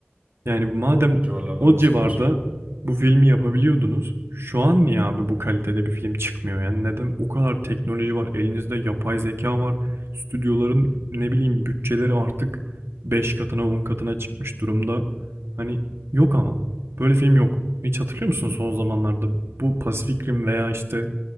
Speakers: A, on the right (about 75°); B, on the right (about 35°).
A: Yani madem
B: O civarlardan
A: o
B: bahsediyorsun.
A: civarda bu filmi yapabiliyordunuz, şu an niye abi bu kalitede bir film çıkmıyor? Yani neden o kadar teknoloji var, elinizde yapay zeka var, stüdyoların ne bileyim bütçeleri artık 5 katına 10 katına çıkmış durumda. Hani yok ama böyle film yok. Hiç hatırlıyor musun son zamanlarda bu Pacific Rim veya işte